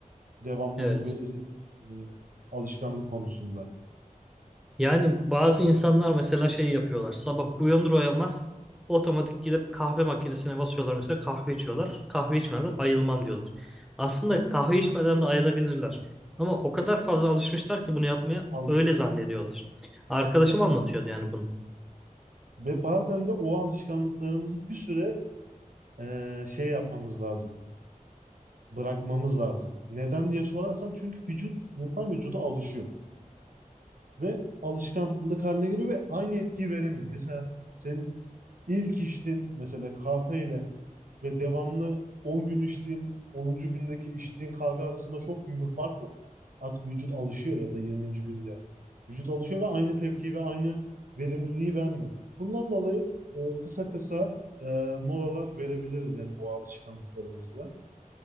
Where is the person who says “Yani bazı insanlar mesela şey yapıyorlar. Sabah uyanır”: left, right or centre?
Centre